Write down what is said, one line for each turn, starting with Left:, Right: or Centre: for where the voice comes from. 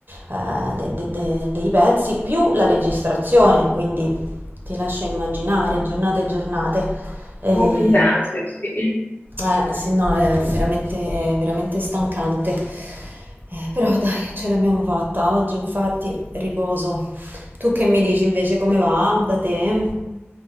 Right: eh, de- de- de- dei pezzi più la registrazione, quindi ti lascio immaginare giornate e giornate. Eh,
Left: Molto intense, sì.
Right: eh, sì, no, è veramente, veramente stancante. Eh, però dai, ce l'abbiamo fatta. Oggi infatti riposo. Tu che mi dici invece come va da te?